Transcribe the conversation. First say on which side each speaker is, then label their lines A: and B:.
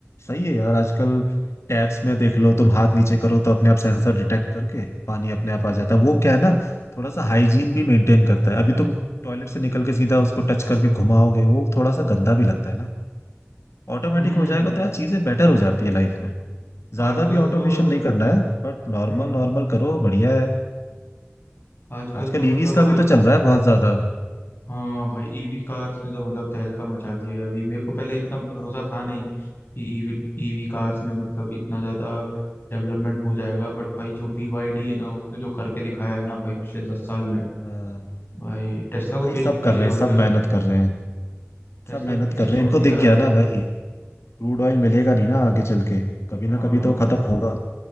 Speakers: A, on the left; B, on the left.
A: सही है यार आजकल टैब्स में देख लो तुम हाथ नीचे करो तो अपने आप सेंसर डिटेक्ट करके पानी अपने आप आ जाता है वो क्या है ना थोड़ा सा हाइजीन भी मेंटेन करता है अभी तुम टॉयलेट से निकल के सीधा उसको टच करके घुमाओगे वो थोड़ा सा गंदा भी लगता है ना ऑटोमेटिक
B: हम्म
A: हो जाएगा तो यार चीजें बेटर हो जाती है लाइफ में ज्यादा
B: आजकल
A: भी ऑटोमेशन
B: तो
A: नहीं करना है बट नॉर्मल
B: हम्म
A: नॉर्मल करो बढ़िया है
B: आजकल
A: आजकल
B: तो मतलब
A: ईवीज का
B: हर
A: भी तो चल रहा है बहुत ज्यादा
B: हाँ भाई ईवी कार्स ने तो मतलब तहलका मचा दिया है अभी मेरे को पहले इतना भरोसा था नहीं कि ईवी ईवी कार्स में मतलब इतना ज़्यादा डेवलपमेंट हो जाएगा बट भाई जो BYD है ना उसने जो करके दिखाया है ना भाई पिछले दस साल में
A: अ,
B: भाई टेस्ला को
A: भाई
B: पीछे
A: सब
B: पीछे
A: कर रहे
B: छोड़
A: हैं सब
B: दिया उसने
A: मेहनत कर रहे हैं
B: टेस्ला
A: सब मेहनत
B: को पीछे
A: कर
B: छोड़
A: रहे हैं इनको
B: दिया
A: दिख गया ना भाई क्रूड ऑयल मिलेगा नहीं ना आगे चल के कभी ना
B: हाँ
A: कभी तो खत्म होगा